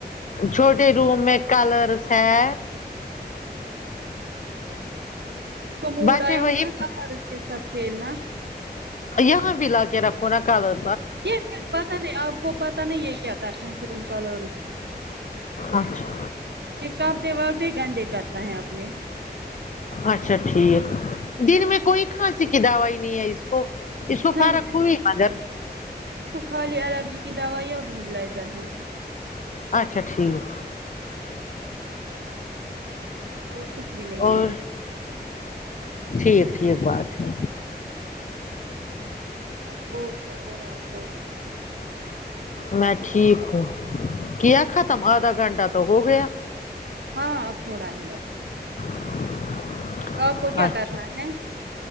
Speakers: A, on the left; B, on the right.
A: چھوٹے روم میں کلرس ہے
B: اس کو موڈ
A: بچے
B: آیا ہوگا
A: وہی
B: نا کلر اس کے ساتھ کھیلنا
A: یہاں بھی لا کے رکھو نا کلر
B: یہ پھر پتا نہیں آپ کو پتا نہیں یہ کیا کرتا ہیں پھر ان کلر اس کو
A: اچھا
B: یہ کپڑے وپ ڈے گندے کرتا ہیں اپنے
A: اچھا ٹھیک دن میں کوئی کھانسی کی دوائی نہیں ہے اس کو اس کو
B: نہیں
A: فرق
B: نہیں
A: ہوئی مگر
B: اس کو خالی الرجی کی دوائیاں اور نیوبیلائزر ہیں
A: اچھا ٹھیک
B: اور کچھ بھی نہیں
A: اور
B: ہے
A: ٹھیک ٹھیک بات ہے
B: بس اور کیا اور آپ بولو
A: میں ٹھیک ہوں کیا ختم آدھا گھنٹہ تو ہو گیا
B: ہاں تھوڑا ہے بس
A: <inaudible>
B: آپ کو کیا
A: اچھا
B: کرنا ہے